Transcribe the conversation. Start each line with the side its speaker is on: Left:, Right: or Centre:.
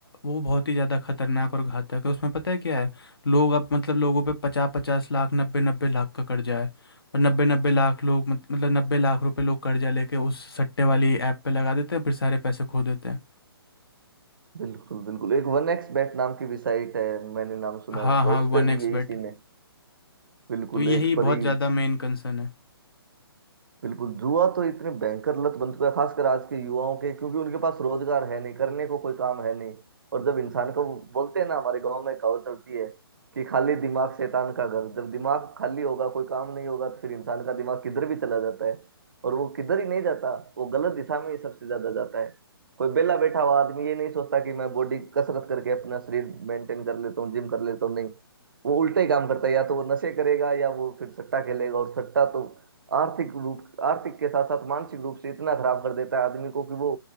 Left: वो बहुत ही ज़्यादा खतरनाक और घातक है उसमें पता है क्या है लोग अब मतलब लोगों पे पचास पचास लाख नब्बे नब्बे लाख का कर्जा है और नब्बे नब्बे लाख लोग मत- मतलब नब्बे लाख रुपए लोग कर्जा लेके उस सट्टे वाली ऐप पे लगा देते हैं फिर सारे पैसे खो देते हैं
Right: बिल्कुल बिल्कुल एक वन एक्स बेट नाम की भी साइट है मैंने नाम सुना है
Left: हाँ
Right: उसका
Left: हाँ
Right: उस पे
Left: वन एक्स
Right: भी यही
Left: बेट
Right: सीन है बिल्कुल
Left: तो यही
Right: एक परी
Left: बहुत ज़्यादा मेन कंसर्न है
Right: बिल्कुल जुआ तो इतने भयंकर लत बन चुका है खासकर आज के युवाओं के क्योंकि उनके पास रोजगार है नहीं करने को कोई काम है नहीं और जब इंसान को बोलते हैं ना हमारे गांव में कहावत चलती है कि खाली दिमाग शैतान का घर जब दिमाग खाली होगा कोई काम नहीं होगा तो फिर इंसान का दिमाग किधर भी चला जाता है और वो किधर ही नहीं जाता वो गलत दिशा में ही सबसे ज्यादा जाता है कोई बेला बैठा हुआ आदमी ये नहीं सोचता कि मैं बॉडी कसरत करके अपना शरीर मेंटेन कर लेता हूँ जिम कर लेता हूँ नहीं वो उल्टे ही काम करता है या तो वो नशे करेगा या वो फिर सट्टा खेलेगा और सट्टा तो आर्थिक रूप आर्थिक के साथ साथ मानसिक रूप से इतना खराब कर देता है आदमी को कि वो